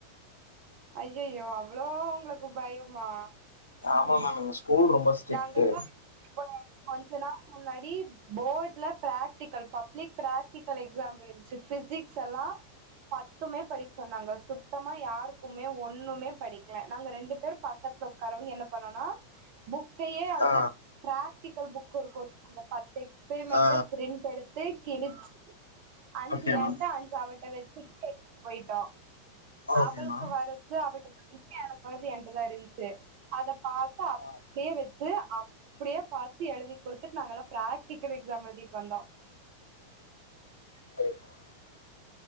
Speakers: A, on the right; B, on the left.
A: ஐயையோ அவ்ளோ உங்களுக்கு பயமா
B: ஆமா மேம் எங்க ஸ்கூல் ரொம்பா ஸ்ட்ரிக்ட்டு
A: நாங்கல்லா இப்ப கொஞ்ச நாள் முன்னாடி போர்ட்ல பிராக்டிக்கல் பப்ளிக் பிராக்டிகல் எக்ஸாம் இருந்துச்சு பிசிக்ஸ் எல்லா பத்துமே படிக்க சொன்னாங்க நாங்க சுத்தமா யாருக்குமே ஒண்ணுமே படிக்கல நாங்க ரெண்டு பேர் பக்கத்துல உட்காரவங்க என்ன பண்ணனா புக்கையே அந்த
B: ஆ
A: பிராக்டிக்கல் புக் இருக்கு அந்த பத்து எக்ஸ்பரிமெண்ட
B: ஆ
A: பிரிண்ட் எடுத் ட்டே கிளிச்சு அ அஞ்சு
B: ஓகே
A: என்ட்ட
B: மேம்
A: அஞ்சு அவட்ட வச்சுட்டு எடுத்துட்டு போயிட்டோ
B: ஓகே
A: அவள்க்கு
B: மேம்
A: வர இதே அவட்ட <unintelligible> எனக்கு வரது என்ட்டதா இருன்ச்சு அத பாத்தா அப்
B: ஆ
A: படியே வச்சு அப்படியே பாத்து எழுதி குடுத்துட்டு நாங்க எல்லா பிராக்டிக்கல் எக்ஸாம் எழுதிட்டு வந்தோ
B: <inaudible>